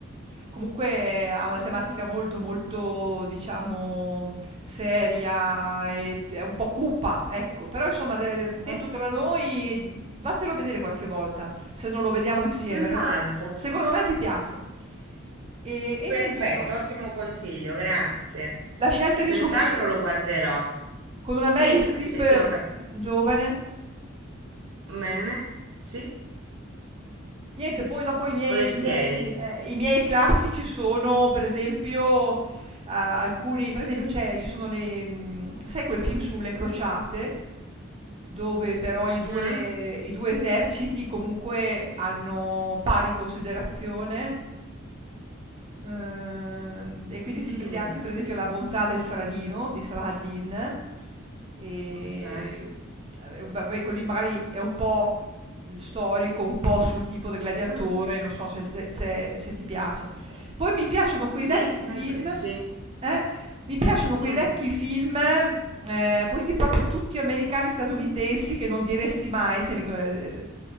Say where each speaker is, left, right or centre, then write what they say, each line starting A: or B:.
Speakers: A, on the right; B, on the right.
A: comunque eh, ha una tematica molto, molto diciamo seria e t è un po' cupa, ecco. Però insomma de detto
B: Eh?
A: tra noi, mhmm, vattelo a vedere qualche volta, se non lo vediamo insieme,
B: senz'altro.
A: perché secondo me ti piace. E e
B: Perfetto,
A: niente no,
B: ottimo consiglio, grazie.
A: La scelta
B: Senz'altro
A: di suo figlio,
B: lo guarderò.
A: con una
B: Sì,
A: Meryl
B: la-
A: Streep,
B: sì, sì, ho
A: mhmm,
B: capito.
A: giovane.
B: Bene, sì,
A: Niente, poi dopo i miei
B: volentieri.
A: i miei ehm, i miei classici sono per esempio, uhm, alcuni per esempio c'è ci sono le mhmm, sai quel film sulle crociate? Dove però i 2
B: Mm,
A: i 2 eserciti comunque hanno pari considerazione uhm, e quindi si
B: mm,
A: vede anche per esempio la bontà del Saladino, di Saladin, ehm,
B: ok.
A: vabbè, quello lì magari è un po' mhmm, storico un po' sul tipo del gladiatore,
B: Mm.
A: non so se se se se ti piace. Poi mi piacciono quei
B: Sì,
A: vecchi
B: penso
A: film
B: di sì.
A: eh, mi piacciono quei
B: Mh,
A: vecchi film, ehm, questi proprio tutti americani, statunitensi che non diresti mai se mi co ehm,